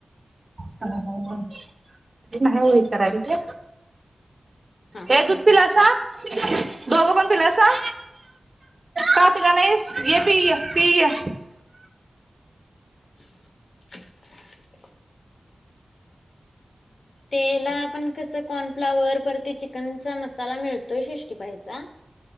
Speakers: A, on the right (about 40°); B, on the left (about 85°).
A: अ हं कधी नाही वो करायला ते.
B: हा
A: ये
B: हा
A: दूध पिलासा? दोघ पण पिलासा का पिला नाहीस ये पि य ये पि ये.
B: <inaudible> त्याला आपण कसं कॉर्नफ्लावर परती चिकनचा मसाला मिळतोय शिष्टी पायचा.